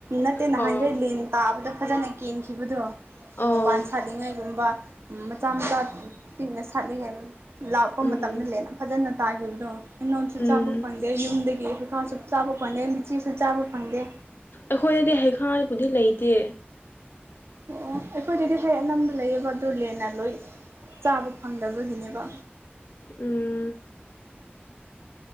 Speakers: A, on the right; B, on the left.
A: ꯅꯠꯇꯦ ꯅꯍꯥꯟꯒꯩ
B: ꯑꯣ
A: ꯂꯦꯟ ꯇꯥꯕꯗ ꯐꯖꯅ ꯀꯦꯟꯈꯤꯕꯗꯣ
B: ꯑꯣ
A: ꯃꯄꯥꯟ ꯁꯥꯠꯂꯤꯉꯩꯒꯨꯝꯕ ꯃꯆꯥ ꯃꯆꯥ ꯄꯤꯛꯅ ꯁꯥꯠꯂꯤꯉꯩ ꯂꯥꯛꯄ
B: ꯎꯝ
A: ꯃꯇꯝꯗ ꯂꯦꯟ ꯐꯖꯅ ꯇꯥꯈꯤꯕꯗꯣ ꯍꯩꯅꯣꯟꯁꯨ
B: ꯎꯝ
A: ꯆꯥꯕ ꯐꯪꯡ ꯗꯦ ꯌꯨꯝꯗꯒꯤ ꯍꯩꯈꯥꯁꯨ ꯆꯥꯕ ꯐꯟꯅꯦꯜ ꯂꯤꯆꯤꯁꯨ ꯆꯥꯕ ꯐꯪꯗꯦ
B: ꯑꯩꯈꯣꯏꯗꯗꯤ ꯍꯩꯈꯥꯏꯕꯨꯗꯤ ꯂꯩꯇꯦ
A: ꯑꯣ ꯑꯣ ꯑꯩꯈꯣꯏꯗꯗꯤ ꯍꯩ ꯑꯅꯝꯕ ꯂꯩꯌꯦꯕ ꯑꯗꯨ ꯂꯦꯟꯅ ꯂꯣꯏ ꯆꯥꯕ ꯐꯪꯗꯕꯒꯤꯅꯦꯕ
B: ꯎꯝ